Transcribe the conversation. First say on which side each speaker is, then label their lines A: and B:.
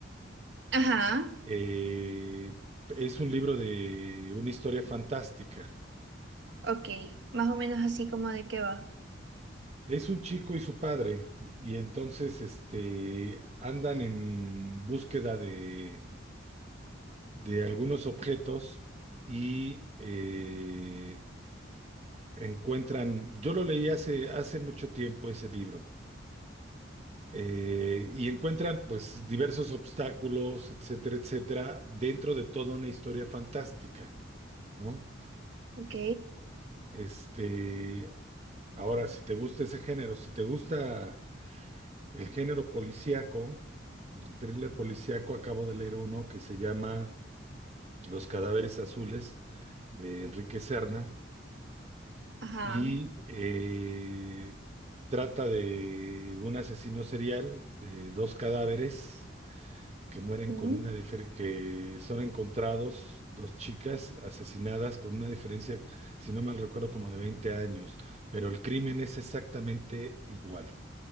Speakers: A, on the right (about 60°); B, on the right (about 35°).
A: Ajá,
B: Eh, es un libro de una historia fantástica.
A: ok. Más o menos así como de qué va.
B: Es un chico y su padre, y entonces este, andan en búsqueda de, de algunos objetos y eh, encuentran, yo lo leí hace, hace mucho tiempo ese libro, eh, y encuentran pues diversos obstáculos, etcétera, etcétera, dentro de toda una historia fantástica, ¿no?
A: Ok,
B: Este, ahora, si te gusta ese género, si te gusta el género policíaco, el thriller policíaco, acabo de leer uno que se llama Los cadáveres azules de Enrique Serna
A: ajá,
B: y eh, trata de un asesino serial de dos cadáveres que mueren
A: mm,
B: con una diferencia, que son encontrados dos chicas asesinadas con una diferencia, si no mal recuerdo, como de 20 años, pero el crimen es exactamente igual.